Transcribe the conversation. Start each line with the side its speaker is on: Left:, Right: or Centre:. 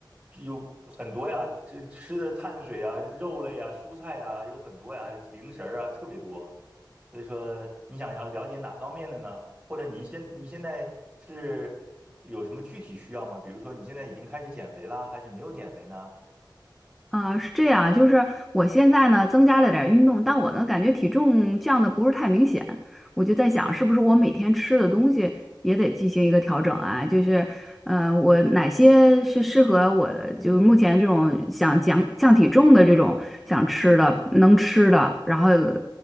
Right: 有很多呀，这吃的碳水啊、肉类啊、蔬菜啊有很多呀，还有零食儿啊特别多。所以说，你想要了解哪方面的呢？或者您现你现在是有什么具体需要吗？比如说你现在已经开始减肥啦，还是没有减肥呢？
Centre: 啊，是这样，就是我现在呢增加了点儿运动，但我呢感觉体重降的不是太明显，我就在想是不是我每天吃的东西也得进行一个调整啊？就是，呃，我哪些是适合我就目前这种想降降体重的这种想吃的能吃的，然后呃